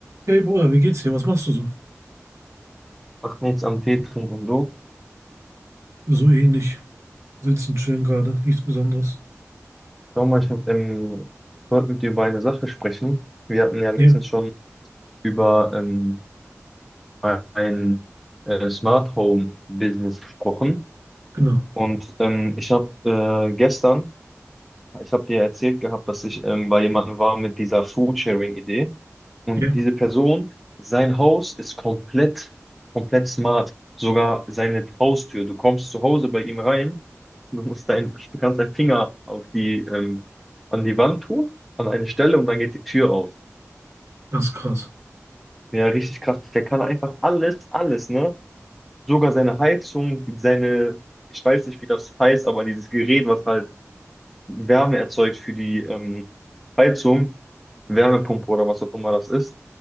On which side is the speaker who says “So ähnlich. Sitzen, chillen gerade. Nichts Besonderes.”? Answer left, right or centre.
Right